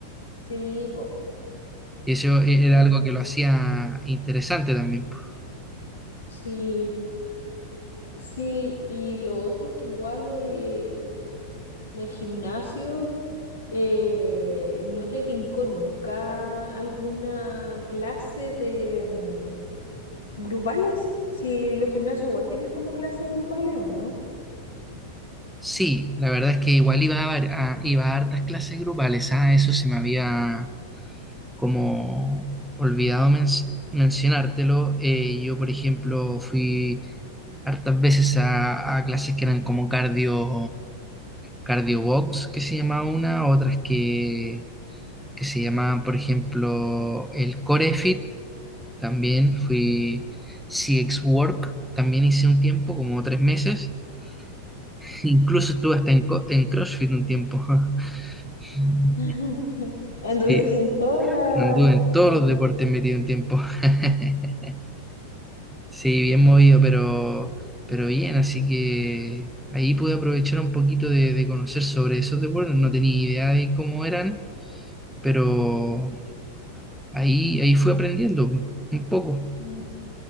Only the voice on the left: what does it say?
Sí, po.
Qué
bu-
Sí, sí, y lo otro que igual el, el gimnasio, eh, ¿no te tincó nunca alguna clase de mm, grupales? Si los gimnasios igual tienen como clases grupales o no.
<laughs> Anduviste
en todas
las...
las- <laughs>